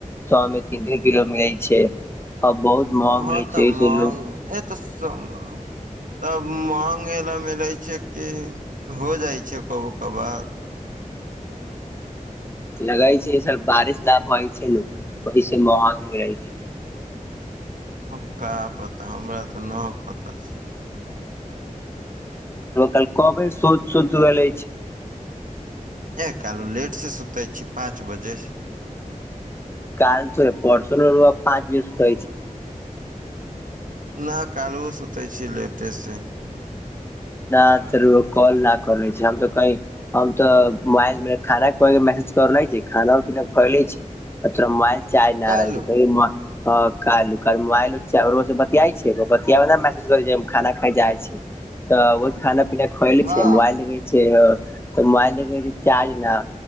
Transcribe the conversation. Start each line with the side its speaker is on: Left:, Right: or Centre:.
Left: सए मे तीन तीन किलो मिलै छै आ बहुत महग
Right: हँ
Left: मिलै
Right: तऽ
Left: छै एहिसे
Right: म
Left: लोग
Right: एतऽ सब तब मांगय ह लए मिलै छै कि हो जाइ छै कबो कबो
Left: लगै छै सब बारिश न भ छै ने ओहिस महग रहै छै
Right: आबक पता हमरा तऽ नहि छै
Left: कल कबे शोध शोद्ध ले छै
Right: एह कलू लेट से सुतै छी पाँच बजे
Left: काल तो परसो न रोआ पाँच दिस होइ छइ
Right: न कालुओ सुते छी लेटे से
Left: न तऽर कॉल न कर लै छय आ तऽ कई हम तऽ मोबाइल मे खाना ख मैसेज करले छी खाना उर पीना खले छी तोरा मोबाइल चाय
Right: कालू
Left: रह मोबाइलर बतिया छै बतिया महसूस करै छै खाना खा जाइ छय तऽ ओ खाना पीना खोएले
Right: हँ
Left: छै मोबाइलऽ मोबाइल देख चार्ज नै